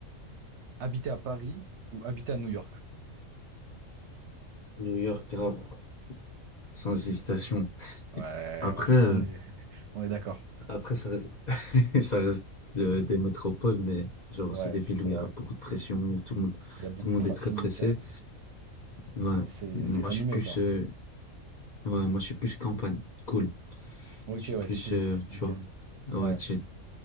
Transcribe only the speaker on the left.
New York, grave. Sans hésitation.
Après,
euh,
après ça reste, <laughs> ça reste euh, des métropoles, mais genre
c'est des villes
où il
y a beaucoup de pression, où tout le monde,
tout le
monde
est très pressé.
Ouais.
Moi
je suis plus,
euh, ouais, moi je suis plus campagne. Cool.
Je suis
plus,
euh, tu
vois, ouais,
chill.